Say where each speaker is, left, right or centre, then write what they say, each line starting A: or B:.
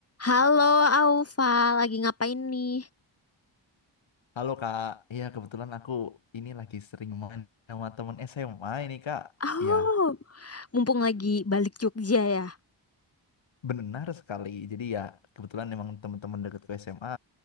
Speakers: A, on the left (about 30°); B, on the left (about 70°).
A: Halo Aufa, lagi ngapain nih?
B: Halo Kak, iya kebetulan aku ini lagi sering main sama temen SMA ini Kak.
A: Oh,
B: Iya,
A: mumpung lagi balik Jogja ya.
B: benar sekali. Jadi ya kebetulan memang teman-teman dekatku SMA,